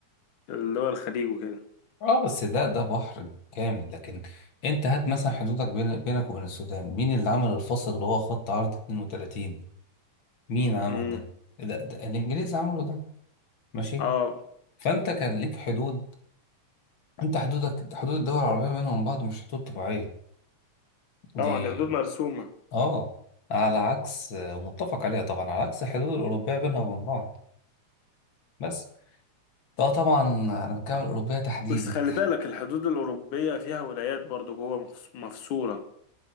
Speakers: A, on the left (about 75°); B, on the left (about 40°).
A: اللي هو الخليج وكده
B: اه بس ده ده بحر كامل لكن انت هات مثلا حدودك بين بينك وبين السودان مين اللي عمل الفصل اللي هو خط عرض 32 مين عمل
A: امم
B: ده ده, ده الانجليز عملوا ده ماشي
A: اه
B: فانت كان ليك حدود انت حدودك حدود الدول العربيه بينهم بعض مش حدود طبيعيه دي
A: طبعا دي حدود مرسومة
B: اه على عكس متفق عليها طبعا على عكس الحدود الاوروبيه بينها وبين بعض بس اه طبعا انا بتكلم عن الاوروبيه تحديدا
A: بس خلي بالك الحدود الأوروبية فيها ولايات برضو جوه مفص- مفصولة